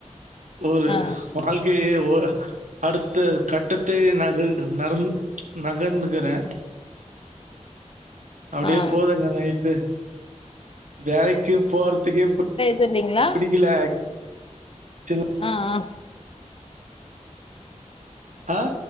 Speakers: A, on the right (about 80°); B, on the left (about 45°).
A: ஒரு
B: ஆ
A: வாழ்க்கையே ஓரா அடுத்த கட்டத்தையே நகர் நர்ந் நகந்துகிறே அப்டியே
B: ஆ
A: போதூங்க லைஃபு வேலைக்கு போறதுக்கே
B: செர்வீங்களா
A: பிடிக்கல ஆக்சுவலா.
B: ஆ ஆ
A: ஆ <inaudible>